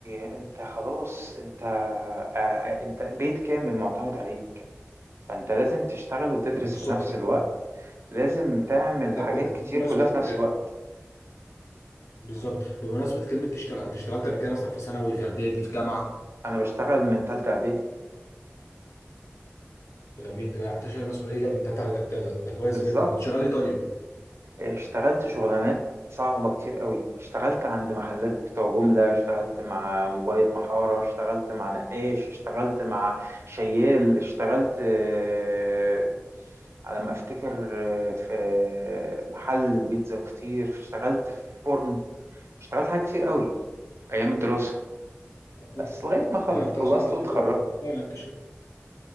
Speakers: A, on the right (about 65°); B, on the left (about 85°).
A: انت خلاص انت آه، آه، انت بيت كامل معتمد عليك فانت لازم تشتغل وتدرس
B: بالظبط
A: في نفس
B: ده
A: الوقت لازم تعمل
B: طب
A: حاجات
B: ب-
A: كتير
B: بمناسبه
A: كلها في نفس الوقت
B: بالظبط بمناسبه كلمه تشتغل انت اشتغلت قبل كده مثلا في ثانوي في اعدادي في جامعه
A: انا بشتغل من تالتة اعدادي
B: فجميل ده يعني انت شايل مسؤوليه من تحت على ده, ده, ده كويس
A: بالظبط
B: جدا كنت شغال ايه طيب
A: اشتغلت شغلانات صعبة كتير قوي اشتغلت عند محلات بتوع جملة اشتغلت مع مبيض محارة اشتغلت مع نقاش اشتغلت مع شيال اشتغلت اه، على ما افتكر اه، في محل بيتزا وفطير اشتغلت في فرن اشتغلت حاجات كتير قوي ايام الدراسة
B: أيوة.
A: بس لغاية ما خل-
B: يعني انت
A: خلصت
B: اصلا عندك خبره
A: واتخرجت
B: و- اه يعني انت شايل